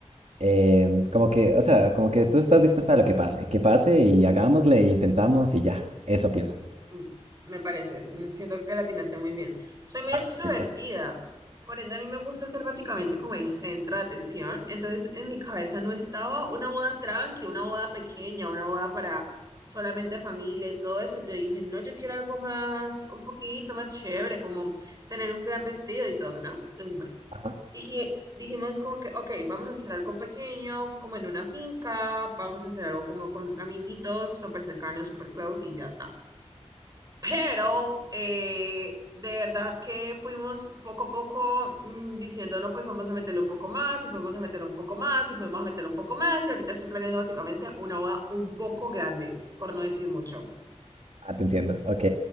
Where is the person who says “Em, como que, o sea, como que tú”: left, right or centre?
Right